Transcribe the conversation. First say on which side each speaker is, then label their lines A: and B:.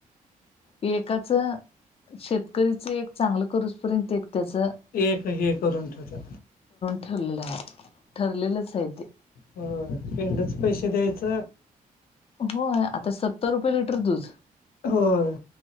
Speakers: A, on the left; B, on the left.
A: एकाचं शेतकरीच एक चांगलं करोस पर्यंत एक त्याचं
B: एक हे करून ठेवल्यत.
A: ठेवलेलं आहे. ठरलेलंच आहे ते
B: होय पेंडच पैसे द्यायच
A: होय आता सत्तर रुपये लिटर दूध
B: होय